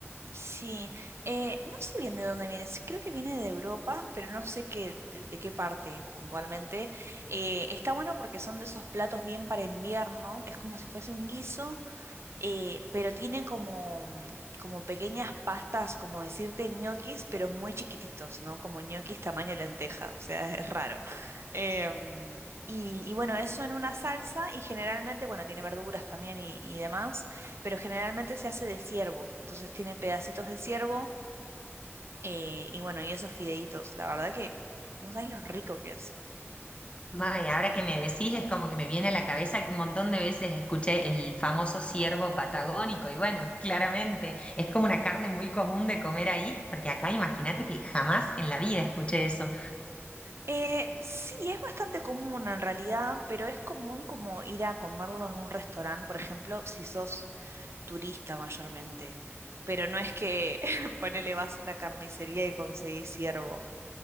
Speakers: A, on the right; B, on the left.
A: Sí, eh, no sé bien de dónde viene, s- creo que viene de Europa, pero no sé qué, de, de qué parte puntualmente. Eh, está bueno porque son de esos platos bien para invierno, es como si fuese un guiso, eh, pero tiene como, mm, como pequeñas pastas, como decirte, ñoquis, pero muy chiquititos, ¿no? Como ñoquis tamaño lenteja, o sea, <laughs> es raro. Em, y, y bueno, eso en una salsa y generalmente, bueno, tiene verduras también y, y demás, pero generalmente se hace de ciervo, entonces tiene pedacitos de ciervo eh, y bueno, y esos fideitos, la verdad que no sabes lo rico que es.
B: May, ahora que me decís es como que me viene a la cabeza que un montón de veces escuché el famoso ciervo patagónico y bueno, claramente es como una carne muy común de comer ahí, porque acá imagínate que jamás en la vida escuché eso.
A: Eh, sí, es bastante común en realidad, pero es común como ir a comerlo en un restaurante, por ejemplo, si sos turista mayormente. Pero no es que <laughs> ponele vas a una carnicería y conseguís ciervo.